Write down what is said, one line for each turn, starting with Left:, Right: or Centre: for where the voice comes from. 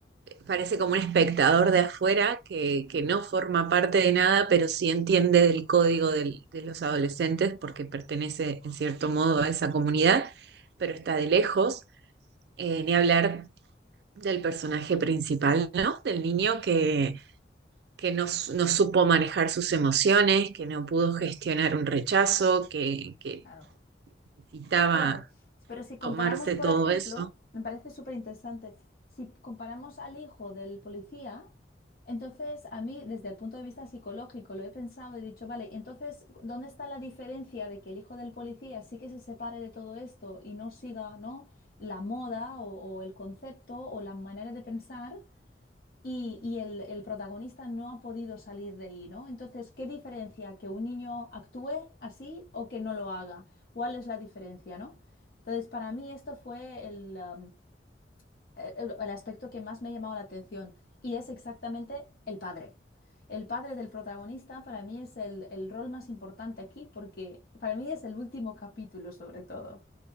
Right: Parece como un espectador de afuera que, que no forma parte de nada, pero sí entiende del código del- de los adolescentes porque pertenece en cierto modo a esa comunidad, pero está de lejos, Eh, ni hablar del personaje principal, ¿no? Del niño que, que no, su- no supo manejar sus emociones, que no pudo gestionar un rechazo, que, que
Left: Claro.
Right: necesitaba
Left: Claro. Pero si comparamos,
Right: tomarse
Left: por
Right: todo
Left: ejemplo,
Right: eso.
Left: me parece súper interesante, si comparamos al hijo del policía, entonces a mí, desde el punto de vista psicológico, lo he pensado y he dicho, vale, entonces, ¿dónde está la diferencia de que el hijo del policía sí que se separe de todo esto y no siga, ¿no? la moda o o el concepto o la manera de pensar? y, y el, el protagonista no ha podido salir de ahí, ¿no? Entonces, ¿qué diferencia que un niño actúe así o que no lo haga? ¿Cuál es la diferencia, no? Entonces, para mí esto fue el, um, el- el aspecto que más me ha llamado la atención y es exactamente el padre. El padre del protagonista para mí es el, el rol más importante aquí porque para mí es el último capítulo sobre todo